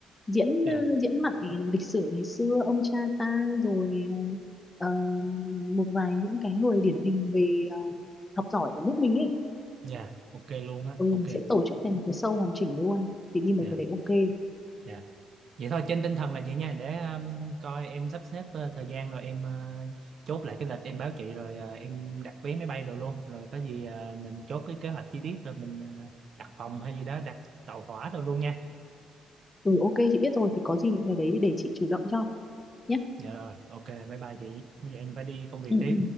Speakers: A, on the left; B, on the right.
A: diễn
B: dạ
A: ờ, diễn mặt này, lịch sử ngày xưa ông cha ta rồi ờ, ờ, một vài những cái người điển hình về ờ, học giỏi ở nước mình ấy
B: dạ ok luôn á
A: ừ, mình
B: ok
A: sẽ tổ chức thành một cái show hoàn chỉnh luôn thì đi mấy
B: dạ
A: cái đấy ok
B: dạ vậy thôi trên tinh thần là vậy nha để um, coi em sắp xếp ờ, thời gian rồi em ờ, chốt lại cái lịch em báo chị rồi ờ, em đặt vé máy bay đồ luôn rồi có gì ờ, mình chốt cái kế hoạch chi tiết rồi mình ờ, đặt phòng hay gì đó đặt tàu hỏa đồ luôn nha
A: ừ ok chị biết rồi thì có gì những cái đấy thì để chị chủ động cho nhé
B: dạ rồi ok bye bye chị bây giờ em phải đi công việc
A: ừ,
B: tiếp
A: ừ.